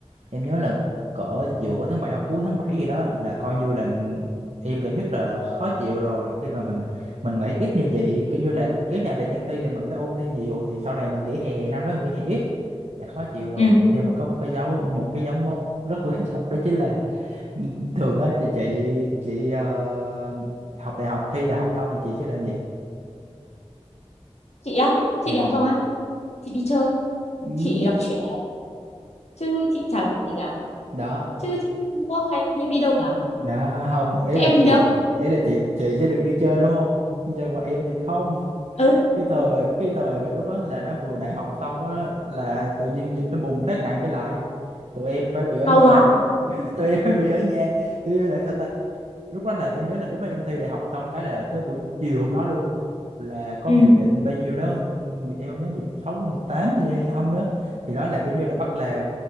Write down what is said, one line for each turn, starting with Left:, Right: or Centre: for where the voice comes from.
Right: em nhớ là cỡ giữa tháng 7 hoặc cuối tháng 7 gì đó là coi như là em cảm giác là khó chịu rồi khi mà mình mình nghỉ ít như vậy kiểu như là kéo dài thời gian thi là mình phải ôn thi nhiều thì sau này mình nghỉ hè năm đó mình nghỉ hè ít là khó chịu rồi
Left: ừ
Right: nhưng mà có một cái dấu một cái dấu mốc rất quan trọng đó chính là m- thường á thì chị chị ờ, học đại học thi đại học xong rồi chị sẽ làm gì
Left: chị á chị
Right: Dạ.
Left: đi học xong á chị đi chơi
Right: Ừ.
Left: chị đọc truyện chứ chị chả làm gì cả
Right: đó
Left: chứ chị không có khái niệm đi đâu cả
Right: đó không ý
Left: thế
Right: là
Left: em đi
Right: chị
Left: đâu
Right: ý là chị chị sẽ được đi chơi đúng không nhưng mà em thì không
Left: ừ
Right: cái thời và cái thời và lúc đó là nó vừa đại học xong á là tự nhiên dịch nó bùng phát nặng trở lại tụi em phải bị ở
Left: à,
Right: nhà
Left: quá
Right: <laughs> tụi em phải bị ở nhà kiểu như là sao ta lúc đó là em nhớ là lúc đó em thi đại học xong cái là tới buổi chiều hôm đó luôn là có
Left: ừ
Right: nghị định bao nhiêu đó ừ, mười- em không nhớ 16 hay 18 gì hay sao không nhớ thì nó là kiểu như là bắt là